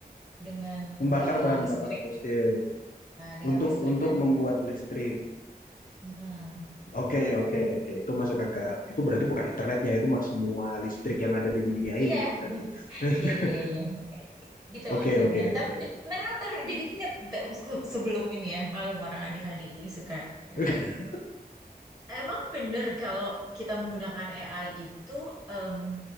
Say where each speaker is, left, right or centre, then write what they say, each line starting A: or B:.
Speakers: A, on the right; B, on the left.
A: dengan
B: Membakar
A: eh,
B: bahan
A: listriknya,
B: bakar fosil
A: dengan
B: untuk
A: listrik
B: untuk
A: dan
B: membuat listrik.
A: Mm-mm.
B: Oke, oke, oke. Itu masuk akal. Itu berarti bukan internetnya, itu mah semua listrik yang ada di dunia
A: Iya,
B: ini itu berarti. <laughs>
A: iya, iya, iya. iya. Gitu
B: Oke,
A: maksudnya.
B: oke,
A: Tapi
B: oke.
A: bener bener jadi inget nggak, se- sebelum ini ya, malum orang ADHD jadi suka random.
B: <laughs>
A: Emang bener kalau kita menggunakan AI itu em,